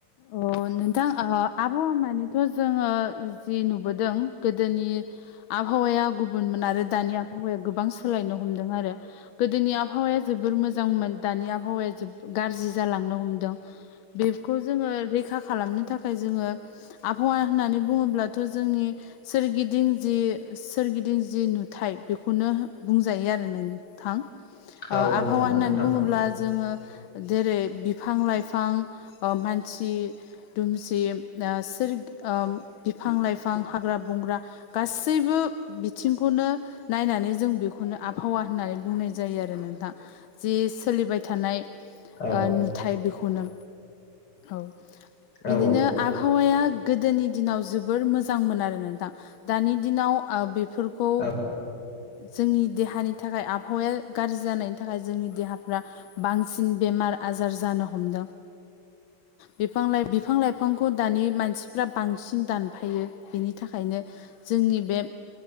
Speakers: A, on the left; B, on the left.
A: अ नोंथां आबहावा मानिथ' जोङो जि नुबोदों गोदोनि आबहावाया गुबुनमोन आरो दानि आबहावाया गोबां सोलायनो हमदों आरो गोदोनि आबहावाया जोबोर मोजांमोन दानि आबहावाया गाज्रि जालांनो हमदों बेखौ जोङो रैखा खालामनो थाखाय जोङो आबहावा होननानै बुङोब्लाथ' जोंनि सोरगिदिं जि सोरगिदिं जि नुथाय बेखौनो बुंजायो आरो नों थां ओ
B: औ
A: आबहावा
B: नंगौ
A: होननानै
B: नोंथां
A: बुङोब्ला जोङो जेरै बिफां लाइफां ओ मानसि दुमसि सोर बिफां लाइफां हाग्रा बंग्रा गासैबो बिथिंखौनो नायनानै जों बेखौनो आबहावा होननानै बुंनाय जायो आरो नोंथां जि सोलिबाय थानाय
B: औ
A: नुथाय बेखौनो औ बिदिनो
B: औ
A: आबहावाया गोदोनि दिनाव जोबोर मोजांमोन आरो नोंथां दानि दिनाव बे फोरखौ
B: औ
A: जोंनि देहानि थाखाय आबहावाया गाज्रि जानायनि थाखाय जोंनि देहाफ्रा बांसिन बेमार आजार जानो हमदों बिफां लाइ बिफां लाइफांखौ दानि मानसिफ्रा बांसिन दानफायो बिनि थाखायनो जोंनि बे